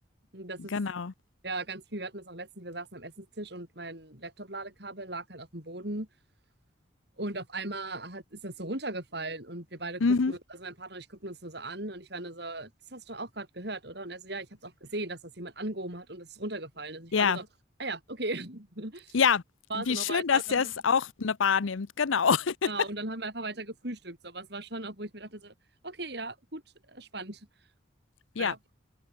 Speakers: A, on the right (about 55°); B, on the left (about 80°).
A: Und das ist
B: Genau.
A: ja ganz viel. Wir hatten das auch letztens, wir saßen am Essenstisch und mein Laptop-Ladekabel lag halt auf dem Boden. Und auf einmal hat, ist das so runtergefallen und wir beide guckten,
B: Mhm.
A: also mein Partner und ich guckten uns nur so an und ich war nur so, das hast du auch gerade gehört, oder? Und er so, ja, ich habe es auch gesehen, dass das jemand angehoben hat und es ist runtergefallen. Also ich
B: Ja,
A: war nur so, ah ja, okay. <laughs>
B: ja,
A: War
B: wie
A: es dann noch
B: schön,
A: weiter
B: dass
A: und dann
B: ihr es
A: haben wir,
B: auch ne wahrnimmt. Genau. <laughs>
A: genau, und dann haben wir einfach weiter gefrühstückt. So, aber es war schon auch, wo ich mir dachte so, okay, ja, gut, äh, spannend.
B: Ja,
A: Ja,